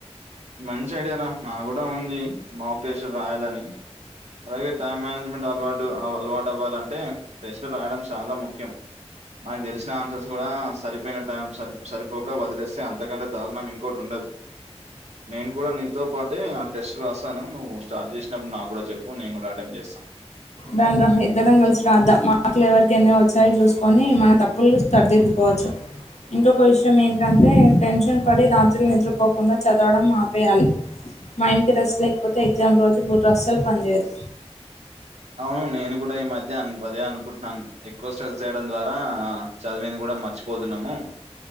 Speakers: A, on the right; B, on the left.
A: మంచి ఐడియర నా కూడా ఉంది మోక్ టెస్ట్ రాయాలని అలాగే టైం మేనేజ్మెంట్ అలవాటు అలవాటు అవ్వాలంటే టెస్టు రాయడం చాలా ముఖ్యం మనకు తెలిసిన ఆన్సర్స్ కూడా సరిపోయిన టైం సరి సర్ సరిపోక వదిలేస్తే అంతకంటే దారుణం ఇంకోకటి ఉండదు నేను కూడా నీతో పాటే ఆ టెస్ట్ రాస్థాను నువ్వు స్టార్ట్ చేసినప్పుడు నాక్ కూడా చెప్పు నేను కూడా అటెండ్ చేస్తాను
B: రాద్దాం ఇద్దరం కలిసి రా అద్దాం మాటలు ఎవరు ఎమ్ ఎమ్ వచ్చాయి చూసుకొని మనం తప్పుల్ని సరిదిద్దుకోవచ్చు ఇంకొక విషయం ఏంటంటే టెన్షన్ పడి రాత్రులు నిద్రపోకుండా చదవడం ఆపేయాలి మైండ్ కి రెస్ట్ లేకపోతే ఎగ్జామ్ రోజు బుర్ర అస్సలు పనిచేయదు
A: అవును నేను కూడా ఈ మధ్య అను అదే అనుకుంటున్నాను ఎక్కువ స్ట్రెస్ చేయడం ద్వారా చదివింది కూడా మ మర్చిపోతున్నము